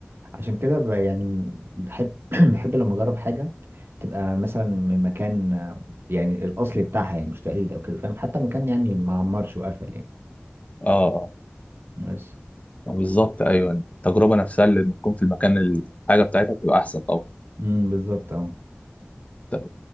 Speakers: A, on the right; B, on the left.
A: عشان كده ب- يعني بحب <clears throat> بحب لما اجرب حاجه تبقى مثلا من مكان آه، يعني الاصلي بتاعها يعني مش تقليد او كده فاهم حتى المكان يعني ما عمرش وقفل يعني
B: اه اه
A: بس
B: آه، بالظبط ايوه التجربه نفسها اللي تكون في المكان الحاجه بتاعتها بتبقى احسن طبعا
A: امم بالظبط اه
B: طب